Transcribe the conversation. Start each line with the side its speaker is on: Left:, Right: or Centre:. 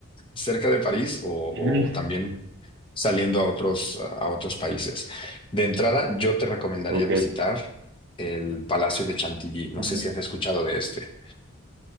Left: cerca de París o,
Right: Ujú.
Left: o también saliendo a otros, a otros países. De entrada, yo te recomendaría
Right: Ok.
Left: visitar el Palacio de Chantilly. No
Right: Ujú.
Left: sé si has escuchado de este.